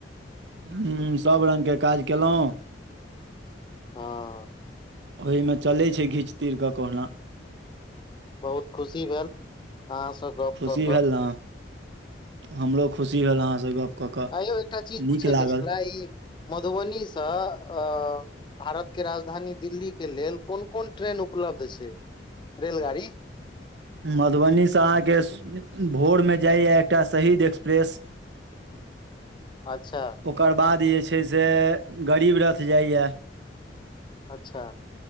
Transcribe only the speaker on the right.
ह्म सभ रङ्गके काज कयलहुँ।
ओहिमे चलै छै घीच तीर कऽ कहुना।
खुशी
भेल ने हमरो खुशी भेलल, अहाँस गप कऽ कऽ
नीक
लागल
मधुबनीसँ अहाँके भोरमे जाइए, एकटा शहीद एक्सप्रेस।
ओकर बाद जे छै से, गरीब रथ जाइय।